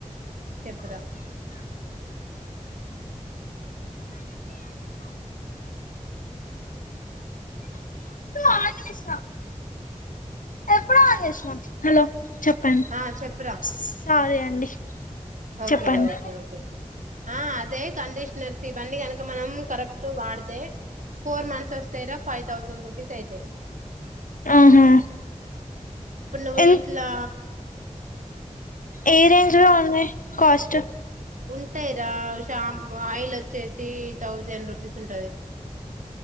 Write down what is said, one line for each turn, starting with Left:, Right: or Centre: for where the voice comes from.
Right: చెప్పురా అ
Left: ఆన్ చేసినా ఎప్పుడో ఆన్ చేసినా హలో చెప్పండి
Right: ఆ చెప్పరా
Left: సోరీ అండి
Right: ఓకేరా
Left: చెప్పండి
Right: ఓకే ఓకే ఆ అదే కండిషనర్స్ ఇవన్నీ కనుక మనం కరెక్ట్ గా వాడితే ఫోర్ మంత్స్ వస్తాయిరా ఫైవ్ థౌజండ్ రూపీస్ అయితయ్
Left: ఆహా
Right: ఇప్పుడు నువ్వు
Left: ఎన్
Right: ఇట్లా
Left: ఏ రేంజ్ లో ఉన్నాయ్ కాస్ట్
Right: ఉంటయ్ రా ఆయిల్ వచ్చేసి థౌసండ్ రూపీస్ ఉంటది